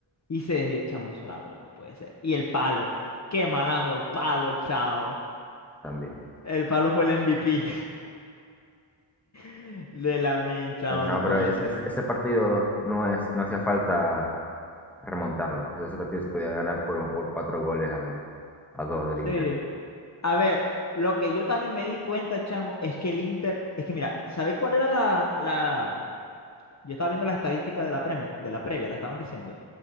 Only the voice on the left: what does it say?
Y se desvió. Chamo, eso era gol, no puede ser. Y el palo. Qué malandro, palo, chao.
El palo fue el MVP <laughs> de Lamine, chamo,
no
puede
ser.
Sí. A ver, lo que yo también me di cuenta, chamo, es que el Inter, es que mira, ¿sabéis cuál era la, la- Yo estaba viendo las estadísticas de la premia, de la previa, la estaban diciendo.